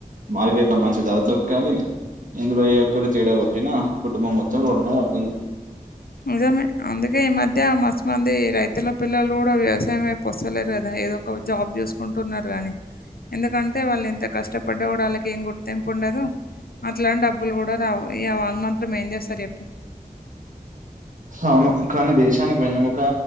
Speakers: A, on the right; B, on the left.
A: మార్కెట్ లో మంచి ధర దొరకాలి ఇందులో ఏ ఒక్కటి తేడా కొట్టినా కుటుంబం మొత్తం రోడ్డున పడుతుంది
B: నిజమే అందుకే ఈ మధ్య మస్ మంది రైతుల పిల్లలు కూడా వ్యవసాయం వైపు వస్తలేరు కదా ఏదో ఒక జాబ్ చూసుకుంటున్నారు గానీ ఎందుకంటే వాళ్ళు ఎంత కష్టపడ్డ కూడా వాళ్ళకి ఏం గుర్తింపు ఉండదు. అట్లా అని డబ్బులు కూడా రావు వాళ్ళు మాత్రం ఏం చేస్తారు చెప్పు
A: అవును కానీ దేశానికి వెన్నెముక